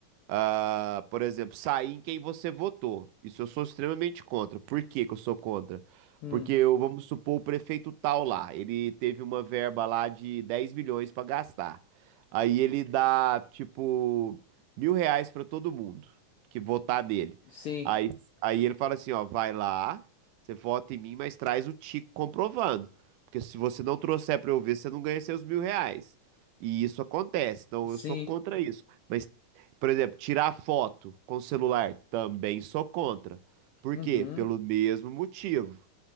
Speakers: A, on the right (about 85°); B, on the left (about 75°).
A: ah, por exemplo, sair em quem você votou. Isso eu sou extremamente contra. Por que que eu sou contra?
B: hum,
A: Porque, eu, vamos supor, o prefeito tal lá, ele teve uma verba lá de 10 milhões para gastar. Aí ele dá, tipo, mil reais para todo mundo que votar nele.
B: sim,
A: Aí, aí ele fala assim, ó, vai lá, você vota em mim, mas traz o tique comprovando. Porque se você não trouxer para eu ver, você não ganha seus mil reais. E isso acontece, então
B: sim,
A: eu sou contra isso. Mas por exemplo, tirar foto com celular, também sou contra. Por
B: uhum,
A: quê? Pelo mesmo motivo.